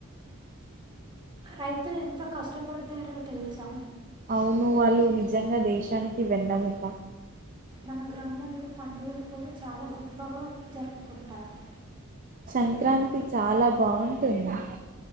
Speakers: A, on the right; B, on the right.
A: రైతులు ఎంత కష్టపడతారో తెలుసా
B: అవును వాళ్ళు నిజంగా దేశానికి వెన్నముక
A: మన గ్రామంలో పండుగలు కూడా చాలా గొప్పగా జరుపుకుంటారు
B: సంక్రాంతి చాలా బాగుంటుంది